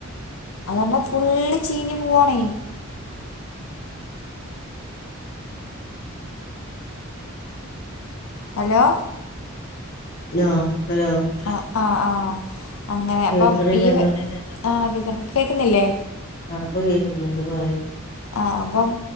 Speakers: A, on the left (about 85°); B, on the left (about 50°).
A: അതു കാരണം ഫുള്ള് ചീഞ്ഞു പോവണേ ഹലോ
B: ഹലോ ഹലോ
A: ആ ആഹ് ആഹ് അങ്ങനെ അപ്പം
B: കേക്കണില്ലല്ലോ
A: ഈ വെ ആ കേ കേക്കുന്നില്ലേ?
B: ഇപ്പം കേക്കുന്നുണ്ട് പറയ്
A: ആ അപ്പം